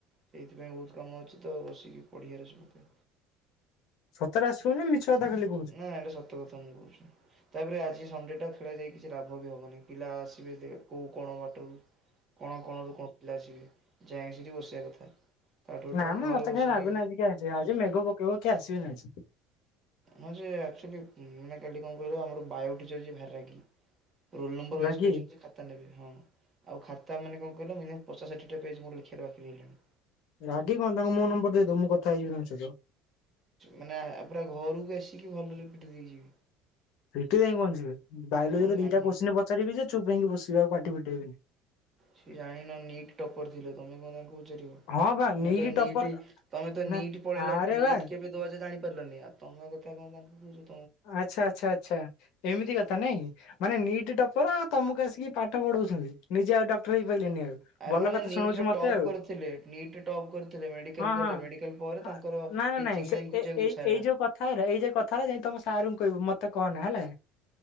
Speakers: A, on the right; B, on the left.
A: ସେଇଥିପାଇଁ ବହୁତ କାମ ଅଛି ତ ବସିକି ପଢ଼ିିବାର ଅଛି ମୋତେ।
B: ସତରେ ଆସିବୁନ ମିଛ କଥା ଖାଲି କୋ
A: ନାଁ ଏଇଟା ସତ କଥା ମୁଁ କହୁଛି। ତାପରେ ଆଜି ସଣ୍ଡେଟା ଖେଳାଯାଇ କିଛି ଲାଭ ବି ହେବନି। ପିଲା ଆସିବେ କୋଉ କଣ ବାଟରୁ।
B: ।
A: କଣ କଣରୁ କଣ ପିଲା ଆସିବେ ଯାଇକି ସେଠି ବସିବା କଥା, ତାଠୁଟରେ
B: ନା
A: ମୁଁ
B: ମ
A: ଘରେ
B: ମତେ
A: ବସିକି
B: କାଇଁ ଲାଗୁନି ଆଜି କିଏ ଆଜି ଆଜି ମେଘ ପକେଇବ କିଆଉ ଆସିବେନି ଆଜି।
A: ହଁ ଯେ ଆକଚୁଆଲି ମାନେ କାଲି କଣ କହିଲ ଆମର ବାୟ ଟିଚର ଯିଆ ଭାରି ରାଗି। ରୋଲ୍ନମ୍ବରୱାଇସ
B: ରାଗି
A: କହିଛନ୍ତି ଯେ ଖାତା ନେବେ ହଁ ଆଉ ଖାତା ମାନ କଣ କିଲ ମିନିମମ୍ ପଚାଶ ଷାଠିଏ ଟା ପେଚ୍ ମୋର ଲେଖିବାକୁ ବାକି ରଇଲାଣି।
B: ରାଗି କଣ ତାଙ୍କୁ ମୋ ନମ୍ବର ଦେଇଦବୁ ମୁଁ କଥା ହେଇଯିବି ତାଙ୍କ ସହିତ।
A: ମାନେ ପୁରା ଘରକୁ ଆସିକି ଭଲରେ ପିଟି ଦେଇଯିବି।
B: ପିଟି ଦେଇକି କଣ ଯିବେ ବୟଲୋଜି
A: ଆଉ
B: ର
A: ଜାଣିନ।
B: ଦିଟା କୋ୍ଚ ପାଚାରିବେ ଯେ ଚୁପ ପାଇଁକି ବସିବ ଆଉଟି ପିଟେଇବନି।
A: ସିଏ ଜାଣିନ ନିଟ୍ ଟପର ଥିଲେ ତମେ କ‌ଣ ତାଙ୍କୁ ପଚାରିବ।
B: ହଁ ବା
A: ତମେ ତ ନିଟ୍
B: ଟପର
A: ତମେ ତ
B: ନା
A: ନିଟ୍ ପଳେଇଲା
B: ଆରେ
A: ନିଟ୍
B: ବା
A: କେ କେବେ ଦେବୁ ଜାଣି ପାରିଲନି ତମ କଥା କଣ ତାଙ୍କୁ କହୁ
B: ଆଚ୍ଛା ଆଚ୍ଛା ଆଚ୍ଛା ଏମିତି କଥା ନାଇଁ। ମାନେ ନିଟ୍ ଟପର ତମକୁ ଆସିକି ପାଠ ପଢଉଛନ୍ତି ନିଜେ ଆଉ ଡକ୍ଟର ହେଇ ପାଇଲେନି ଆଉ।
A: ଆରେ
B: ଭଲ
A: ମାନେ
B: କଥା
A: ନିଟ
B: ଶୁଣଉଛୁ ମତେ
A: ଟପ୍
B: ଆଉ
A: କରିଥିଲେ ନିଟ ଟପ୍ କରିଥିଲେ ମେଡିକାଲ
B: ହଁ
A: କଲେ
B: ହଁ
A: ମେଡିକାଲ ପରେ
B: ହଁ,
A: ତା ଙ୍କର
B: ନାଇଁ ନାଇଁ
A: ଟିଚିଂ
B: ନାଇଁ ସେ
A: ଲାଇନ କୁ
B: ଏ
A: ଯିବାକୁ
B: ଏଇ
A: ଇଚ୍ଛା ହେଲା।
B: ଏଇ ଯ କଥା ହେ ଯାଇ ତମ ସାର୍ ଙ୍କୁ କହିବୁ ମତେ କହନା ହେଲା